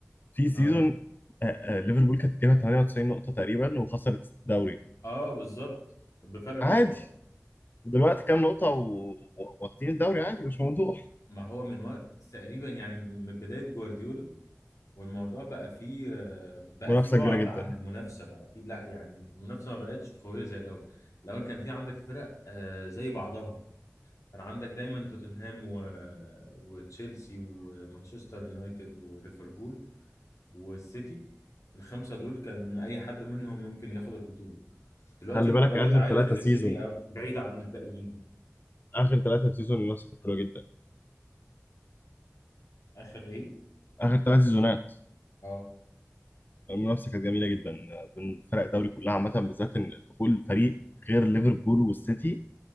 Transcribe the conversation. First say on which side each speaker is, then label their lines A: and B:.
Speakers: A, on the left (about 35°); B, on the left (about 75°).
A: في سيزون
B: اه
A: آه، آه، ليفربول كانت جايبه 98 نقطة تقريبا وخسرت الدوري
B: اه بالظبط بفرق نقطة
A: عادي ودلوقتي كام نقطة و- و- واخدين الدوري عادي مش موضوع
B: ما هو من وقت تقريبا يعني من من بداية جوارديولا والموضوع بقى فيه آه، بقى
A: منافسة
B: فيه بعد
A: كبيرة جدا
B: عن المنافسة بقى فيه لا يعني المنافسة ما بقتش قوية زي الأول الأول كان في عندك فرق آه، زي بعضها كان عندك دايما توتنهام و... وتشيلسي ومانشستر يونايتد وليفربول والسيتي الخمسة دول كان أي حد منهم ممكن ياخد البطولة دلوقتي
A: خلي
B: أنت
A: بالك
B: بقيت
A: آخر
B: عارف
A: ثلاثة
B: إن
A: سيزون
B: السيتي بعيدة عن الباقيين
A: آخر ثلاثة سيزون المنافسة كانت حلوة جدا
B: آخر إيه؟
A: آخر ثلاث سيزونات
B: اه
A: المنافسه كانت جميله جدا بين فرق الدوري كلها عامه بالذات ان دخول فريق غير ليفربول والسيتي